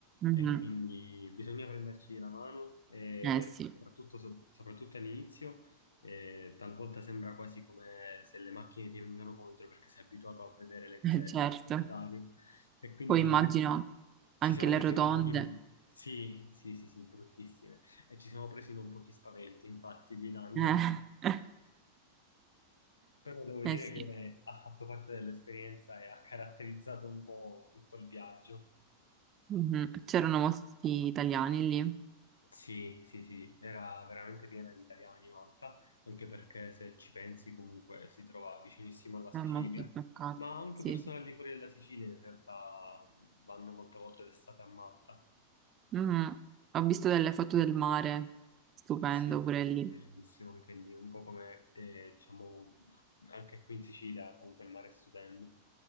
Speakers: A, on the right; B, on the left.
A: Mhm.
B: E quindi bisogna prenderci la mano, e
A: Eh sì,
B: soprattutto, so- soprattutto all'inizio, eh, talvolta sembra quasi come se le macchine ti vengano contro perché sei abituato a vedere le
A: eh,
B: cose
A: certo.
B: al contrario. E quindi
A: Poi immagino anche
B: ci siamo
A: le
B: presi
A: rotonde.
B: un pochino... Sì, sì, sì, sì, bruttissime e ci siamo presi non pochi spaventi, infatti, guidando.
A: Eh,
B: Però devo
A: <laughs>
B: dire
A: eh sì.
B: che ha fatto parte dell'esperienza e ha caratterizzato un po' tutto il viaggio.
A: Mhm. C'erano molti italiani lì,
B: Sì, sì, sì, era veramente piena di italiani Malta, anche perché se ci pensi comunque si trova vicinissimo alla Sicilia,
A: è molto toccato.
B: ma anche
A: Sì.
B: persone
A: sì.
B: al di fuori della Sicilia in realtà vanno molte volte d'estate a Malta.
A: Mm, ho visto delle foto del mare, stupendo
B: Sì, è
A: pure lì.
B: bellissimo anche lì, un po' come eh, diciamo anche qui in Sicilia, comunque il mare è stupendo.